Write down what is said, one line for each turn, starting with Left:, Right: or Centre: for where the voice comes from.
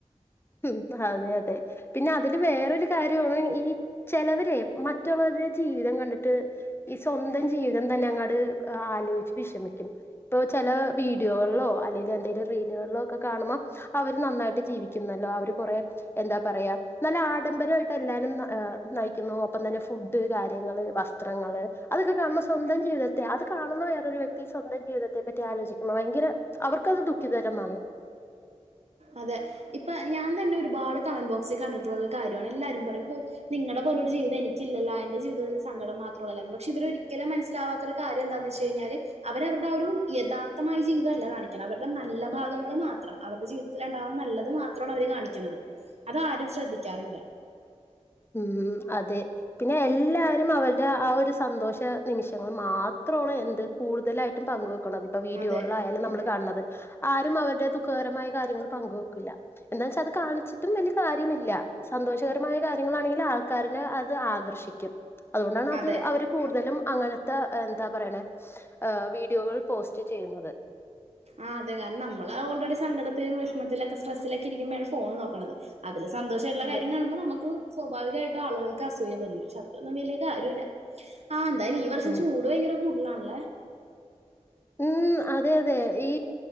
Left: ഉം അതെ അതെ പിന്നെ അതില് വേറൊരു കാര്യമാണ് ഈ ചിലവരെ മ മറ്റുള്ളവരുടെ ജീവിതം കണ്ടിട്ട് ഈ സ്വന്തം ജീവിതം തന്നെ അങ്ങോട് ആലോചിച്ച് വിഷമിക്കും ഇപ്പൊ ചില വീഡിയോകളിലോ അല്ലെങ്കിൽ എന്തെങ്കലും റീലുകളിലോ ഒക്കെ കാണുമ്പോ അവര് നന്നായിട്ട് ജീവി ല്ലോ അവര് കൊറെ എന്താ പറയാ നല്ല ആഡംബരമായിട്ട് എല്ലാരും ഹ് നയിക്കുന്നു അപ്പം തന്നെ ഫുഡ് കാര്യങ്ങൾ വസ്ത്രങ്ങൾ അതൊക്കെ കാണുമ്പോ സ്വന്തം ജീവിതത്തെ അ കാണുന്ന വേറൊരു വ്യക്തി സ്വന്തം ജീവിതത്തെ പറ്റി ആലോചിക്കുമ ഭയങ്കര അവർക്കത് ദുഃഖിതരമാണ്
Right: അതെ ഇപ്പൊ ഞാൻ തന്നെ ഒരുപാട് കമന്റ് ബോക്സിൽ കണ്ടിട്ടുള്ള കാര്യമാണ് എല്ലാരും പറയും നിങ്ങളുടെ പോലൊ ഒരു ജീവിതം എനിക്കില്ലലോ എന്റെ ജീവിതത്തി സങ്കടം മാത്രല്ല പക്ഷെ വരൊരിക്കലും മനസ്സിലാവാത്തൊ ന്താന്ന് വെച്ച്കഴിഞ്ഞാല് അവര അവരുടെ ഒരു യഥാർത്ഥമായ ജീവിതം അല്ല കാണിക്ക്ണെ അവരുടെ നല്ല ഭാഗങ്ങൾ മാത്രം അവരുടെ ജീവി ത്തിലണ്ടാവുന്ന നല്ലത് മാത്രമാണ് അവര് കാണിക്കുന്നത് അതാരും ശ്രദ്ധിക്കാറില്ല
Left: ഉം അതെ പിന്നെ എല്ലാരും അവരുടെ ആ ഒരു സന്തോഷ നിമിഷങ്ങൾ മാ അത്ര എന്ത് കൂടുതലായിട്ടും പങ്കുവെ ഇപ്പ വീഡിയോള്ള
Right: അതെ.
Left: ആയാലും നമ്മള് കാണത് ആരും അവരുടെ ദുഖകരമായി കാര്യങ്ങൾ പങ്ക വെക്കില്ല എന്താെച്ചൽ അത് കാണിച്ചിട്ടും വലിയ കാര്യമില്ല സന്തോഷകര ക ആൾക്കാരെ അത് ആകർഷിക്കും അതുകൊണ്ടാണത്
Right: അതെ.
Left: അവര് കൂട്തലും അങ്ങനത്തെ എന്താ പറയണ വീഡിയോകൾ പോസ്റ്റ് ചെയ്യുന്നത്
Right: ആ അതെ കാരണം നമ്മള് ഓൾറെഡി സങ്കടത്തിലും വിഷമത്തിലൊക്കെ സ്ട്രസ്സിലൊക്കെ ഇരിക്കുമ്പഴാണ് ഫോണ് നോക്കുന്നത് അതില് സന്തോഷമായിട്ടുള്ള
Left: അതെ.
Right: കാര്യ കാണു മ്പോൾ നമുക്ക് സ്വാഭാവികമായിട്ടും ആളുകൾക്ക് അസൂയ തോന്നും ക്ഷെ അത്രൊന്നും വലിയ കാര്യല്ല ആ എതായാലും ഈ വർഷം
Left: ഉം.
Right: ചൂട് ഭയങ്കര കൂടുതലാണല്ലേ
Left: ഉം അതെ അതെ ഈ